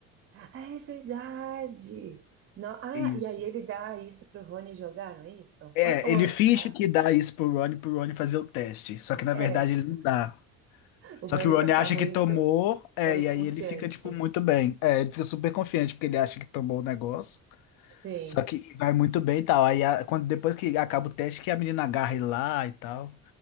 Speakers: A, on the right (about 40°); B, on the left (about 70°).
A: Ah, é verdade. No- ah,
B: Isso.
A: e aí ele dá isso pro Rony jogar, não é isso?
B: É,
A: Ou- ou-
B: ele finge
A: ah,
B: que dá isso pro Rony, pro Rony fazer o teste. Só que na verdade
A: é,
B: ele não dá.
A: o Rony
B: Só que o
A: só
B: Rony acha
A: tá muito,
B: que tomou, é,
A: tá muito
B: e aí
A: confiante.
B: ele fica, tipo, muito bem. É, ele fica super confiante porque ele acha que tomou o negócio.
A: Sim.
B: Só que vai muito bem e tal. Aí a- quando, depois que acaba o teste, que a menina agarra ele lá e tal.